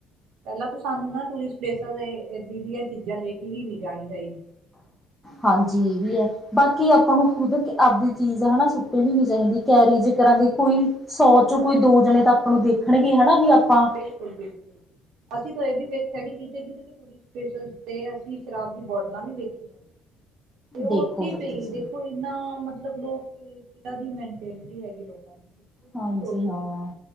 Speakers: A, on the right; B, in the centre.
A: ਪਹਿਲਾਂ ਤ ਸਾਨੂੰ ਨਾ ਟੂਰਿਸਟ ਪਲੇਸਾਂ ਇ ਦੀਆਂ ਚੀਜ਼ਾਂ ਲੈ ਕੇ ਈ ਨੀ ਜਾਣੀ ਚਾਹੀਦੀ। ਹੈ
B: ਹਾਂਜੀ ਏ ਵੀ ਆ। ਬਾਕੀ ਆਪਾਂ ਨੂੰ ਖੁਦ ਆਪਦੀ ਚੀਜ਼ ਹਨਾ ਸੁੱਟਣੀ ਨੀ ਚਾਹੀਦੀ ਕੈਰੀ ਜ ਕਰਾਂਗੇ ਕੋਈ ਸੌ ਚ ਕੋਈ ਦੋ ਜਣੇ ਤਾਂ ਆਪਾਂ ਨੂੰ ਦੇਖਣਗੇ ਹਨਾ। ਵੀ
A: ਹਾਂ
B: ਆਪਾਂ
A: ਬਿਲਕੁਲ, ਬਿਲਕੁਲ ਅਸੀਂ ਤਾਂ ਇਹ ਵੀ ਵੇਖਿਆ ਸਾਡੀ ਕਿਤੇ-ਕਿਤੇ ਟੂਰਿਸਟ ਪਲੇਸ ਤੇ, ਅਸੀਂ ਸ਼ਰਾਬ ਦੀ ਬੋਟਲਾਂ ਵੀ ਵੇਖੀਆਂ ਨੇ। ਤੇ ਓ
B: ਦੇਖੋ
A: ਉੱਥੇ
B: ਫਿਰ
A: ਈ ਪਈ
B: ਤੁਸੀਂ
A: ਦੇਖੋ। ਕਿੰਨਾ ਮਤਲਬ ਲੋਕ ਕਿ ਦੀ ਮੈਂਟਲਿਟੀ ਹੈਗੀ ਲੋਕਾਂ ਦੀ। ਨਹੀਂ
B: ਹਾਂਜੀ
A: ਸੋਚਦੇ
B: ਹਾਂ